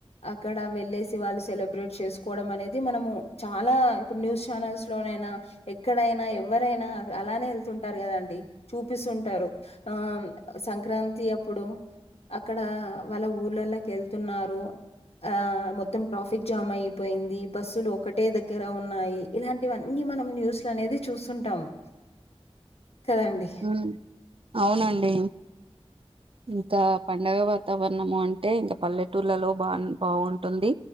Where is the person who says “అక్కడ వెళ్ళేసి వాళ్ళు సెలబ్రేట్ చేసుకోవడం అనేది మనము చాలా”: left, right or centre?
Left